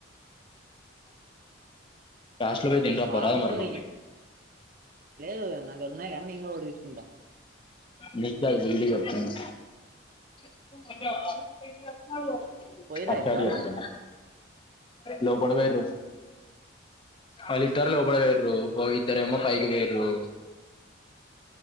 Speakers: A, on the left; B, on the right.
A: లాస్ట్ లో పోయి తిని రాబోరాదు
B: వాడు
A: మరి నువ్వు
B: ఏం లేదు వాన్ నాకాడ ఉన్నయ్ కానీ ఇంకా ఒకటి తీసుకుంటా
A: నీక్ కాదు గుడికి చెప్తాను చెప్పేవా
B: పోయిర్రా
A: అట్టడి
B: ఇప్పుడు వాళ్ళు
A: వస్తున్న లోపడ పోయిండ్రు ఆళ ఇద్దరలో ఒకడే రోపో ఇద్దరేమో పైకి పోయిండ్రు